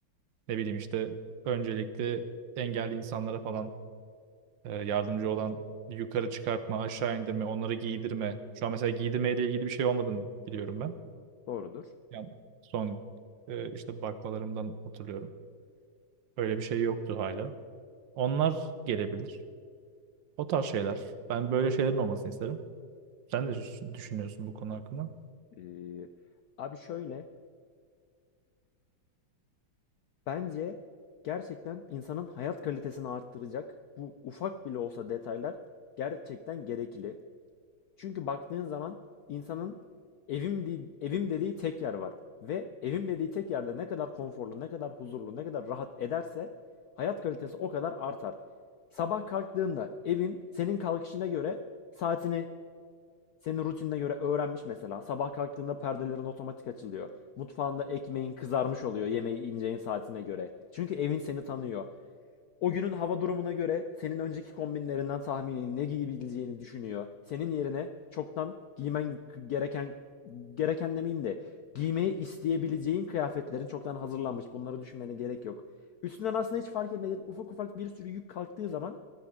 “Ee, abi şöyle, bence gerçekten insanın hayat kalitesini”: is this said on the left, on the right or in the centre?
Left